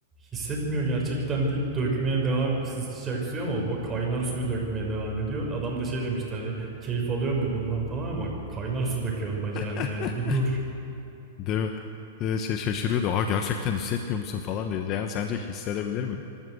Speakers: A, on the right (about 20°); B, on the left (about 35°).
A: hissetmiyor gerçekten deyip dökmeye devam sıcak suyu ama o kaynar suyu dökmeye devam ediyor. Adam da şey demişti hani keyif alıyor mu bundan falan ama kaynar su döküyorsun bacağına
B: <laughs>
A: yani bir dur.
B: Değil mi? Ee, Şey, şaşırıyordu. Aa gerçekten hissetmiyor musun falan diye. Yani sence hissedebilir mi?